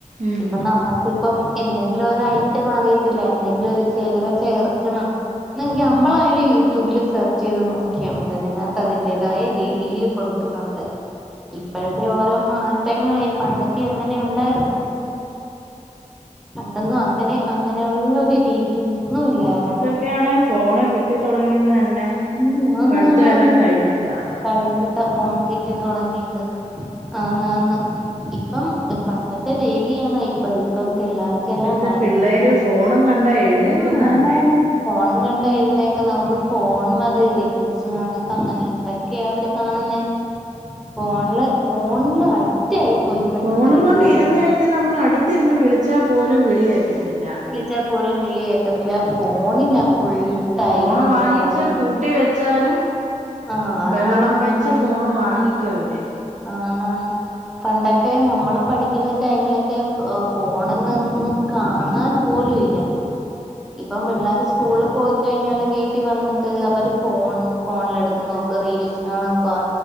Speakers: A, on the right (about 70°); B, in the centre.
A: ഉം
B: ഇപ്പം നമ്മക്ക്പ്പം എന്തെങ്കിലാെരയ്റ്റം അറിയത്തില്ല എന്തെങ്കിലും ഒര് ചേരുവ ചേർ കണം ന്നെങ്കി അമ്മളായാലും യൂട്യൂബില് സെർച്ചെയ്ത് നോക്ക്യാ മതി അതിനകത്ത് അതിന്റേതായ രീതിയില് കൊടു ത്ത്ട്ടുണ്ട് ഇപ്പഴ് ഞ്ഞോ ഓരോ മാറ്റങ്ങളേ പണ്ടൊക്കെ എങ്ങെനെ ഉണ്ടായ്ര്ന്നു പണ്ടാെന്നും അങ്ങെനെ അങ്ങെനെയുള്ളൊരു രീതിയൊന്നും ഇല്ലായ്റ്
A: തൊക്കെയാണ് ഫോണ് കിട്ടി തൊടങ്ങിയത് തന്നെ
B: ഉം ആന്നാന്നാന്ന്
A: പഠിത്തം എല്ലാം കഴിഞ്ഞിട്ടാ
B: കഴിഞ്ഞിട്ടാ ഫോൺ കിട്ടി തൊടങ്ങിയത് ആന്ന് ആന്ന് ഇപ്പം പണ്ടത്തെ രീതിയാന്നോ ഇപ്പം ഇപ്പം പിള്ളാര് ക്കെല്ലാം
A: ഇപ്പോഴത്തെ
B: നല്ലെ
A: പിള്ളേര് ഫോണും കണ്ടാ എഴുന്നേക്കുന്ന
B: ആഹ് ആണാണ്
A: തന്നെ
B: ഫോണും കണ്ടെഴ്ന്നേക്ക്ന്ന അവർ ഫോൺ മതി റീൽസ് കണക്കെ അങ്ങെനെ എന്തെക്കെയാ അവര് കാണ്ന്നെ ഫോൺല് ഫോൺല് അടിറ്റായി പോയി ഇപ്പോഴത്തെ
A: ഫോണും
B: പിള്ളേര്
A: കൊണ്ട് ഇരുന്ന് കഴിഞ്ഞാ നമ്മള് അട്ത്തിര്ന്ന് വിളിച്ചാ പോലും വിളികേക്കത്തില്ല
B: വിളിച്ചാ പോലും വിളികേക്കത്തില്ല ഫോണിലാ ഫുൾ ടൈമും
A: ഫോണ് വാങ്ങിച്ച്
B: പിള്ളേർ
A: പൂട്ടി വെച്ചാലും
B: ആഹ് ആന്നാന്ന്
A: ബെഹെളം വെച്ച്
B: ആന്നാന്ന്
A: ഫോണ് വാങ്ങിക്കു അവര്
B: ആന്നാന്ന് പണ്ടൊക്കെ നമ്മള് പഠിക്ക്ന്ന ടൈമിലൊക്കെ ഫ് ഫോണ്ന്ന്ന്നും കാണാൻ പോലു ഇല്ലാ ഇപ്പം പിള്ളാര് സ്കൂൾല് പോയ്ക്കഴിഞ്ഞാല് വീട്ടി വന്നിട്ട് അവര് ഫോൺ ഫോൺലെടുത്ത് നോക്കുവ റീൽസ് കാണാക്കുവ